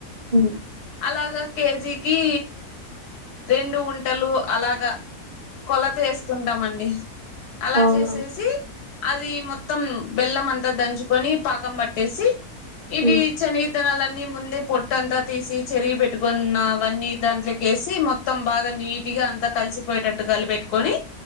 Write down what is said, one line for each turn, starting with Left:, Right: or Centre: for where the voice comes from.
Right: ఉమ్
Left: అలాగా కేజీకీ రెండు ఉంట ఉంటాలు అలాగా కొలత ఏస్తుంటామండి. అలా
Right: అవునా
Left: చేసేసి అది మొత్తం బెల్లం అంతా దంచుకొని పాకం పట్టేసి ఇవి
Right: ఉమ్
Left: చని విత్తనాలన్నీ ముందే పొట్టంతా తీసి చెరిగి పెట్టుకున్న అవన్నీ దాంట్లోకేసి మొత్తం బాగా నీటిగా అంతా కలిసిపోయేటట్టు కాలబెట్టుకొని